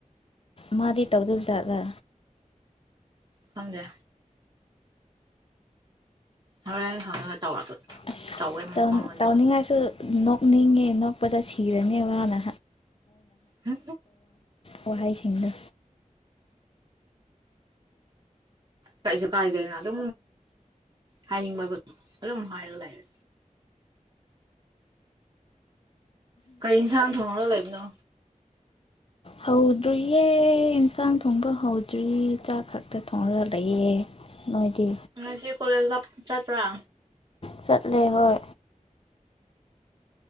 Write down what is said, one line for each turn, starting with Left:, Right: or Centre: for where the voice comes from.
Left: ꯃꯥꯗꯤ ꯇꯧꯗꯕꯖꯥꯠꯂ
Right: ꯈꯪꯗꯦ ꯍꯣꯔꯦꯟ ꯍꯉꯥ ꯇꯧꯔꯛ
Left: ꯑꯁ
Right: ꯇꯧꯏ
Left: ꯇꯧ
Right: ꯃꯉꯣꯟꯗꯁꯨ
Left: ꯇꯧꯅꯤꯡꯉꯥꯏꯁꯨ ꯅꯣꯛꯅꯤꯡꯉꯦ ꯅꯣꯛꯄꯗ ꯁꯤꯔꯅꯦ ꯃꯥꯅ
Right: ꯍ
Left: ꯋꯥꯍꯩꯁꯤꯡꯗꯨ
Right: ꯀꯩꯁꯨ ꯀꯥꯏ ꯂꯩꯅꯗꯣ ꯍꯥꯏꯅꯤꯡꯕꯒ ꯑꯗꯨꯝ ꯍꯥꯏꯔ ꯂꯩꯔꯦ ꯀꯒꯥꯔꯤ ꯌꯦꯟꯁꯥꯡ ꯊꯣꯡꯉꯔꯒ ꯂꯩꯕꯅꯣ
Left: ꯍꯧꯗ꯭ꯔꯤꯌꯦ ꯏꯟꯁꯥꯡ ꯊꯣꯡꯕ ꯍꯧꯗ꯭ꯔꯤ ꯆꯥꯛ ꯈꯛꯇ ꯊꯣꯡꯉ ꯂꯩꯌꯦ ꯅꯣꯏꯗꯤ
Right: ꯉꯁꯤ ꯀꯣꯂꯦꯖꯗ ꯆꯠꯄꯔꯥ
Left: ꯆꯠꯂꯦ ꯍꯣꯏ